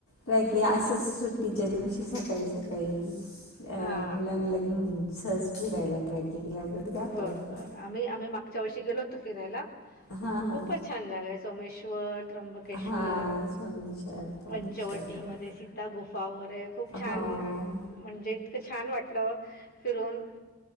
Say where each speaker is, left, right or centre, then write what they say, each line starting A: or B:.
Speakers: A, on the left (about 85°); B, on the left (about 45°).
A: व्हय
B: हं.
A: की असस सुट् टीच्या दिवशी सकाळी-सकाळी
B: हां.
A: अ मुलांना घेऊन सहज फिरायला ट्रेकिंगला वगैरे जात
B: बरं,
A: असतात.
B: बरं. आम्ही आम्ही मागच्या वर्षी गेलो होतो फिरायला.
A: हा
B: खूपच
A: हा.
B: छान जागा आहे सोमेश्वर, त्र्यंबकेश्वर,
A: हा स्वामीश्वर त्र्यंबकेश्वर
B: पंचवटीमध्ये
A: बरोबर.
B: सी त्या गुफा वरे खूप छान
A: हा
B: म्हणजे इतकं छान वाटलं फिरून.